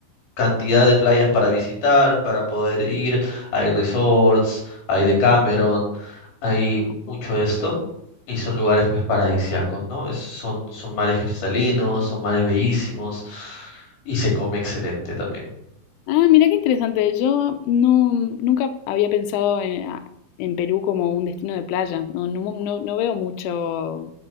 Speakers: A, on the left; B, on the left.
A: cantidad de playas para visitar, para poder ir. Hay resorts, hay Decameron, hay
B: Ah.
A: mucho esto. Y son lugares pues paradisíacos, ¿no? Es- son, son mares cristalinos, son mares bellísimos y se come excelente también.
B: Ah, mira qué interesante. Yo no, nunca había pensado en, a- en Perú como un destino de playa. No, no, no- no veo mucho,